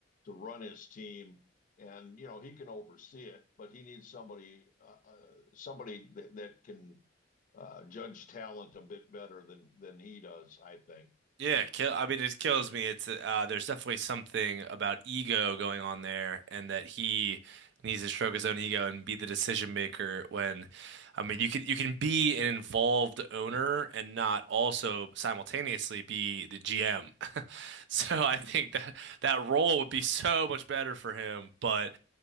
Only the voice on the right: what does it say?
Yeah, kill. I mean, it kills me. It's uh, there's definitely something about ego going on there, and that he needs to stroke his own ego and be the decision maker. When, I mean, you can you can be an involved owner and not also simultaneously be the GM. <laughs> So I think that that role would be so much better for him. But